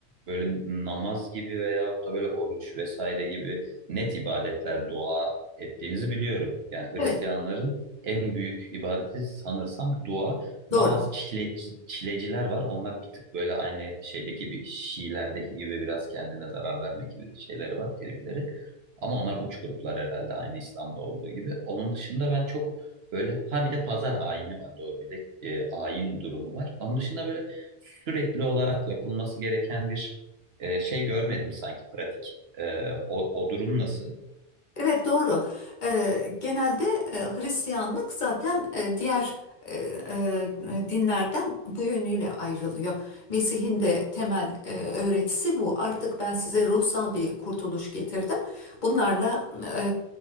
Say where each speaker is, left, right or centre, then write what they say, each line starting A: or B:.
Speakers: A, on the right; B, on the left.
A: böyle namaz gibi veyahut da böyle oruç vesaire gibi net ibadetler, dua ettiğinizi biliyorum. Yani Hristiyanların
B: Evet,
A: en büyük ibadeti sanırsam dua
B: doğru.
A: bazı çileci, çileciler var. Onlar bir tık böyle aynı şeydeki bir Şiilerdeki gibi biraz kendine zarar verme gibi şeyleri var, tripleri. Ama onlar uç gruplar herhalde aynı İslam'da olduğu gibi. Onun dışında ben çok böyle ha bir de pazar ayini var doğru bir de e, ayin durumu var. Onun dışında böyle sürekli olarak yapılması gereken bir e, şey görmedim sanki pratik. E, o, o durum nasıl?
B: Evet doğru. Eee, genelde e, Hristiyanlık zaten e, diğer e, e, dinlerden bu yönüyle ayrılıyor. Mesih'in de temel e, öğretisi bu. Artık ben size ruhsal bir kurtuluş getirdim. Bunlarla e,